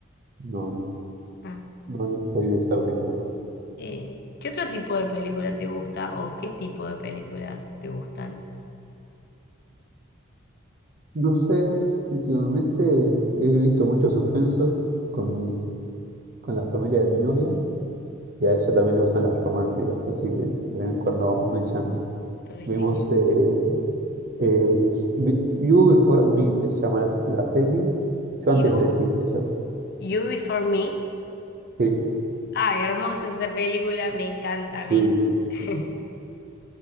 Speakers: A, on the right (about 45°); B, on the left (about 50°).
A: No, no,
B: Ah.
A: no, no soy de ser pintor.
B: Eh, ¿qué otro tipo de película te gusta o qué tipo de películas te gustan?
A: No sé, últimamente he visto mucho suspenso con mi, con la familia de mi novia y a ella también le gustan las románticas, así que de vez en cuando vamos mechando.
B: ¿Tuviste
A: Vimos
B: que ir-
A: eh, eh, Vi- You Before Me se llama la, la peli, Yo
B: You,
A: antes de ti se llama.
B: You Before Me.
A: Sí,
B: Ay, hermosa esa película, me encanta a mí.
A: sí, sí,
B: <laughs>